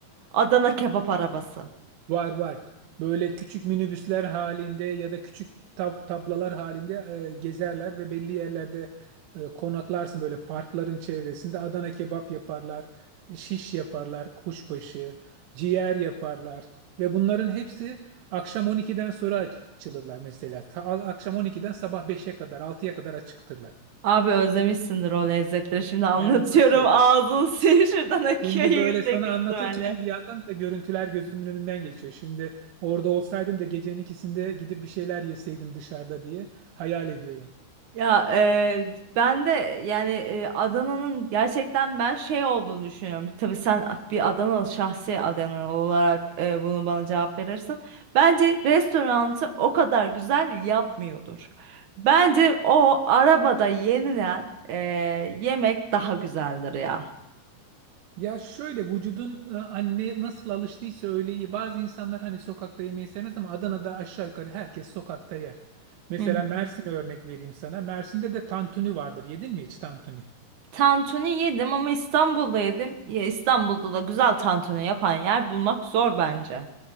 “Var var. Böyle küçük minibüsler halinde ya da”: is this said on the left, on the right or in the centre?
Right